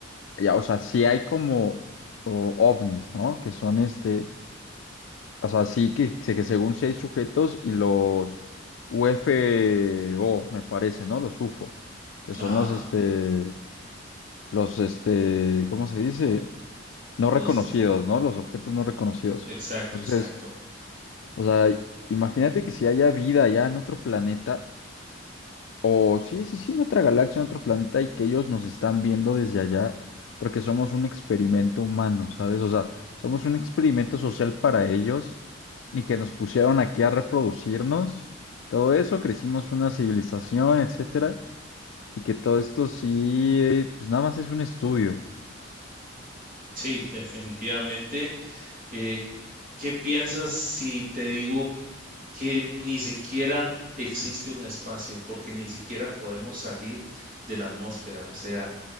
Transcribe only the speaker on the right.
ajá,
los,
exacto,
exacto.
Sí, definitivamente. Eh, ¿qué piensas si te digo que ni siquiera existe un espacio, porque ni siquiera podemos salir de la atmósfera. O sea,